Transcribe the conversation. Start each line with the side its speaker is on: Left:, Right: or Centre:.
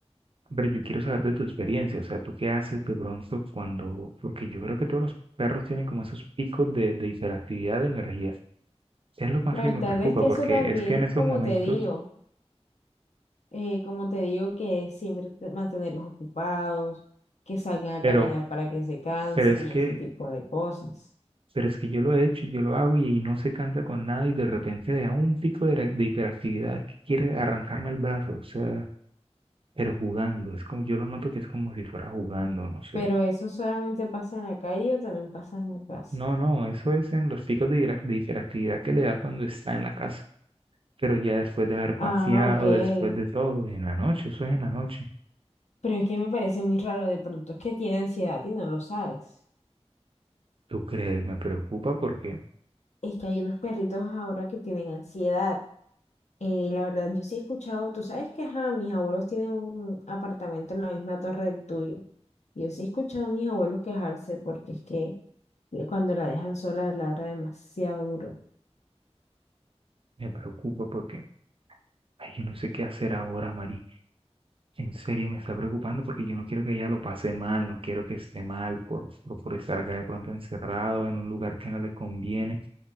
Right: Pero yo quiero saber de tu experiencia, o sea, ¿tú qué haces de pronto cuando, porque yo creo que todos los perros tienen como esos picos de, de hiperactividad de energía. Es lo más
Left: La
Right: que
Left: verdad
Right: me preocupa,
Left: es que
Right: porque
Left: eso también,
Right: es que en esos
Left: como
Right: momentos,
Left: te digo, eh, como te digo, que siempre te- mantenerlos ocupados, que salgan a
Right: pero,
Left: caminar para que se cansen
Right: pero es
Left: y
Right: que,
Left: ese tipo de cosas.
Right: pero es que yo lo he hecho y yo lo hago y no se cansa con nada y de repente le da un pico de, de hiperactividad que quiere arrancarme el brazo, o sea, pero jugando, es como, yo lo noto que es como si fuera jugando, no sé.
Left: Pero eso solamente pasa en la calle o también pasa en la casa.
Right: No, no, eso es en los picos de hira- de hiperactividad que le da cuando está en la casa. Pero ya después de haber paseado,
Left: Ah, ok.
Right: después de todo, en la noche, eso es en la noche.
Left: Pero es que me parece muy raro, de pronto es que tiene ansiedad y no lo sabes.
Right: ¿Tú crees? Me preocupa porque,
Left: Es que hay unos perritos ahora que tienen ansiedad. Eh, la verdad, yo sí he escuchado, tú sabes que ajá, mis abuelos tienen un apartamento en la misma torre del tuyo. Yo sí he escuchado a mis abuelos quejarse porque es que le- cuando la dejan sola ladra demasiado duro.
Right: me preocupa porque, ay, yo no sé qué hacer ahora, Mari. En serio me está preocupando porque yo no quiero que ella lo pase mal, no quiero que esté mal por, por, por estar acá de pronto encerrado en un lugar que no le conviene.